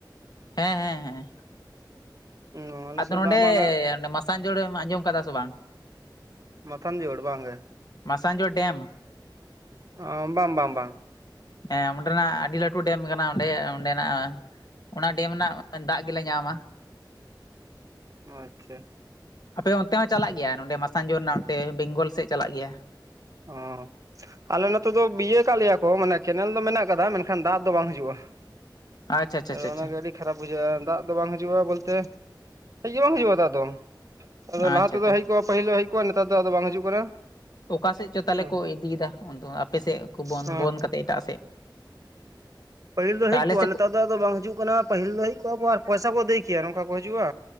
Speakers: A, on the left (about 55°); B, on the right (about 45°).
A: ᱦᱮᱸ ᱦᱮᱸ ᱦᱮᱸ
B: ᱚ ᱟᱞᱮ
A: ᱟᱫᱚ
B: ᱥᱮᱫ
A: ᱱᱚᱰᱮ
B: ᱫᱟᱜ ᱵᱟᱝ ᱞᱟᱜᱟᱜ
A: ᱢᱟᱥᱟᱝ ᱡᱳᱲ ᱮᱢ ᱟᱸᱡᱚᱢ ᱟᱠᱟᱫᱟ ᱥᱮ ᱵᱟᱝ
B: ᱢᱟᱛᱷᱟᱱ ᱡᱚᱲ ᱵᱟᱝ ᱜᱮ
A: ᱢᱟᱥᱟᱝ ᱡᱚᱲ ᱰᱮᱢ
B: ᱚ ᱵᱟᱝ ᱵᱟᱝ ᱵᱟᱝ
A: ᱦᱮᱸ ᱚᱸᱰᱮᱱᱟᱜ ᱟᱹᱰᱤ ᱞᱟᱹᱴᱩ ᱰᱮᱢ ᱠᱟᱱᱟ ᱚᱸᱰᱮ ᱚᱸᱰᱮᱱᱟᱜ ᱚᱱᱟ ᱰᱮᱢ ᱨᱮᱱᱟᱜ ᱫᱟᱜ ᱜᱮ ᱞᱮ ᱧᱟᱢᱟ
B: ᱟᱪᱷᱟ
A: ᱟᱯᱮ ᱚᱱᱛᱮ ᱦᱚᱸ ᱪᱟᱞᱟᱜ ᱜᱮᱭᱟ ᱱᱚᱸᱰᱮ ᱢᱟᱥᱟᱝ ᱡᱚᱲ ᱨᱮᱱᱟᱜ ᱚᱱᱛᱮ ᱵᱮᱝᱜᱚᱞ ᱥᱮᱫ ᱪᱟᱞᱟᱜ ᱜᱮᱭᱟ
B: ᱚ ᱟᱞᱮ ᱱᱚᱛᱮ ᱫᱚ ᱵᱤᱭᱟᱹ ᱠᱟᱜ ᱞᱮᱭᱟ ᱠᱚ ᱢᱟᱱᱮ ᱠᱮᱱᱮᱞ ᱫᱚ ᱢᱮᱱᱟᱜ ᱟᱠᱟᱫᱟ ᱢᱮᱱᱠᱷᱟᱱ ᱫᱟᱜ ᱫᱚ ᱵᱟᱝ ᱦᱤᱡᱩᱜᱼᱟ
A: ᱟᱪᱪᱷᱟ ᱟᱪᱪᱷᱟ
B: ᱟ
A: ᱟᱪᱪᱷᱟ ᱟᱪᱪᱷᱟ
B: ᱚᱱᱟ ᱜᱮ ᱟᱹᱰᱤ ᱠᱷᱟᱨᱟᱯ ᱵᱩᱡᱷᱟᱹᱜᱼᱟ ᱫᱟᱜ ᱫᱚ ᱵᱟᱝ ᱦᱤᱡᱩᱜᱼᱟ ᱵᱚᱞᱛᱮ ᱦᱮᱡ ᱜᱮ ᱵᱟᱝ ᱦᱤᱡᱩᱜᱼᱟ ᱫᱟᱜ ᱫᱚ ᱟᱫᱚ
A: ᱟᱪᱪᱷᱟ
B: ᱞᱟᱦᱟ ᱛᱮ
A: ᱟᱪᱪᱷᱟ
B: ᱫᱚ ᱦᱮᱡ ᱠᱚᱜᱼᱟ ᱯᱟᱹᱦᱤᱞ ᱫᱚ ᱦᱮᱡ ᱠᱚᱜᱼᱟ ᱱᱮᱛᱟᱨ ᱫᱚ ᱟᱫᱚ ᱵᱟᱝ ᱦᱤᱡᱩᱜ ᱠᱟᱱᱟ
A: ᱚᱠᱟ ᱥᱮᱫ ᱪᱚ ᱛᱟᱞᱮ
B: ᱦᱮᱸ
A: ᱠᱚ ᱤᱫᱤ ᱮᱫᱟ ᱩᱱ ᱫᱚ ᱟᱯᱮ ᱥᱮᱫ ᱠᱚ ᱵᱚᱱ
B: ᱦᱮᱸ
A: ᱵᱚᱱ ᱠᱟᱛᱮᱫ ᱮᱴᱟᱜ ᱥᱮᱫ
B: ᱯᱟ. ᱦᱤᱞ ᱫᱚ
A: ᱟᱞᱮ
B: ᱦᱮᱡ ᱠᱚᱜ-ᱟ
A: ᱥᱮᱫ
B: ᱱᱮᱛᱟᱨ
A: ᱠᱚ
B: ᱫᱟᱜ ᱫᱚ ᱵᱟᱝ ᱦᱤᱡᱩᱜ ᱠᱟᱱᱟ ᱯᱟᱹᱦᱤᱞ ᱫᱚ ᱦᱮᱡ ᱠᱚᱜᱼᱟ ᱠᱚ ᱟᱨ ᱯᱚᱭᱥᱟ ᱠᱚ ᱟᱹᱫᱟᱭ ᱠᱮᱭᱟ ᱱᱚᱝᱠᱟ ᱠᱚ ᱦᱤᱡᱩᱜᱼᱟ